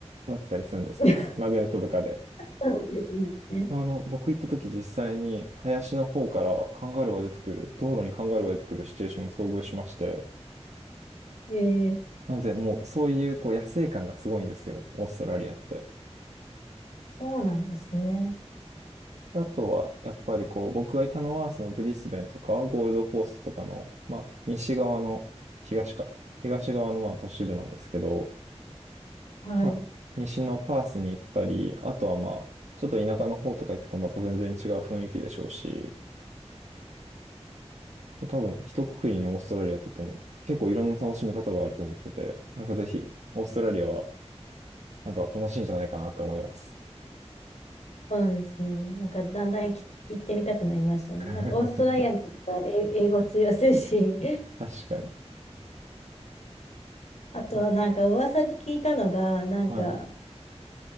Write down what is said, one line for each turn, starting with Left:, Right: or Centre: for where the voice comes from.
Right: なってたりするんですね。
Left: <laughs>
Right: マグネットとかで。
Left: そうなんですね。
Right: あの、僕行った時実際に林の方からカンガルーが出てくる、道路にカンガルーが出てくるシチュエーションに遭遇しまして、
Left: ええ
Right: なのでもうそういうこう野生感がすごいんですよ、オーストラリアって。
Left: そうなんですね。
Right: あとは、やっぱりこう、僕がいたのは、そのブリスベンとか、ゴールドコーストとかの、まあ、西側の、東か、東側のまあ都市部なんですけど、
Left: はい。
Right: まあ、西のパースに行ったり、あとはまあ、ちょっと田舎の方とか行くとまた全然違う雰囲気でしょうし、多分、一括りにオーストラリアって言っても、結構いろんな楽しみ方があると思ってて、なんかぜひ、オーストラリアは、なんか楽しいんじゃないかなって思います。
Left: そうなんですね。なんか、だんだんき行ってみたくなりましたね。
Right: <laughs>
Left: なんか、オーストラリアの方が英英語通用するし、
Right: 確かに。
Left: あと、
Right: は
Left: なんか噂で聞いたのが、なんか、
Right: はい。